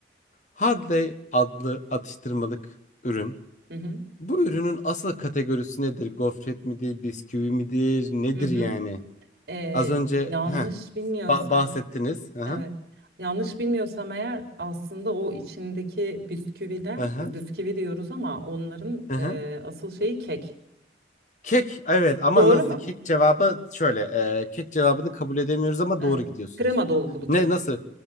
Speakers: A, on the left (about 45°); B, on the right (about 60°).
A: Harley adlı atıştırmalık ürün.
B: hı hı,
A: Bu ürünün asıl kategorisi nedir? Gofret midir, bisküvi midir, nedir
B: hı hı.
A: yani?
B: Ee,
A: Az önce
B: yanlış
A: heh,
B: bilmiyorsam,
A: ba- bahsettiniz. Hı hı.
B: evet. Yanlış bilmiyorsam eğer aslında o içindeki bisküviler,
A: Hı hı.
B: biz bisküvi diyoruz ama onların
A: Hı
B: e,
A: hı.
B: asıl şeyi kek.
A: Kek evet ama
B: Doğru
A: nasıl
B: mu?
A: kek cevabı şöyle e, kek cevabını kabul edemiyoruz ama
B: Ee,
A: doğru gidiyorsunuz.
B: krema dolgulu
A: Ne
B: kek.
A: nasıl
B: mi?